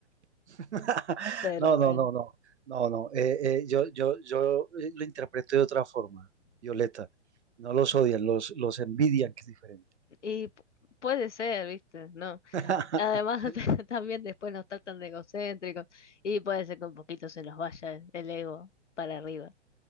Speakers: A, on the right; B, on the left.
A: <laughs>
B: pero
A: No, no,
B: bueno,
A: no, no, no, no. eh, eh, yo, yo, yo eh, lo interpreto de otra forma, Violeta. No los odian, los, los envidian, que es diferente.
B: y pu- puede ser, viste, ¿no?
A: <laughs>
B: Además, <laughs> también después nos tratan de egocéntricos y puede ser que un poquito se nos vaya el ego para arriba.